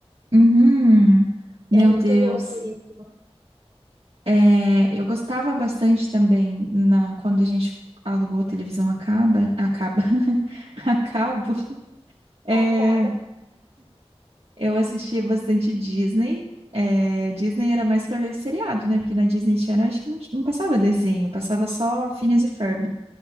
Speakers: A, on the right (about 60°); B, on the right (about 45°).
A: Uhum, meu
B: É muito
A: Deus.
B: louco isso.
A: É, eu gostava bastante também na, quando a gente alugou a televisão a caba, a caba, <laughs> a cabo. é,
B: Acaba.
A: Eu assistia bastante Disney. É, Disney era mais pra ver seriado, né? Porque na Disney Channel acho que não, não passava desenho, passava só Phineas e Ferb